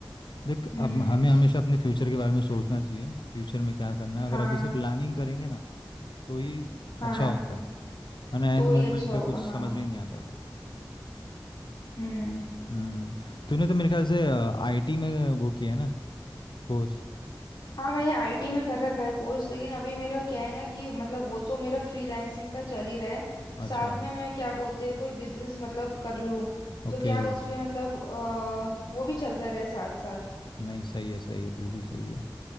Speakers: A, on the left; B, on the left.
A: देख
B: हम्म
A: अब हमें हमेशा अपने फ्यूचर के बारे में सोचना चाहिए फ्यूचर में क्या करना है अगर
B: हाँ
A: अभी से प्लानिंग करेंगे ना तो ये
B: हाँ
A: अच्छा होता है वरना
B: तो
A: एन
B: ही
A: मोमेंट
B: अच्छा होगा
A: पे कुछ
B: हाँ
A: समझ में नहीं आता फिर
B: हम्म
A: हम्म तूने तो मेरे ख्याल से आईटी में वो किया है ना कोर्स
B: हाँ मैंने आईटी में कर रखा है कोर्स लेकिन अभी मेरा क्या है ना कि मतलब वो तो मेरा फ्रीलांसिंग का चल ही रहा है
A: अच्छा
B: साथ में मैं क्या बोलते हैं कोई बिजनेस मतलब कर लूँ
A: ओके
B: तो क्या उस पे मतलब अ, तो वो भी चलता रहे साथ साथ
A: नहीं सही है सही है बिल्कुल सही है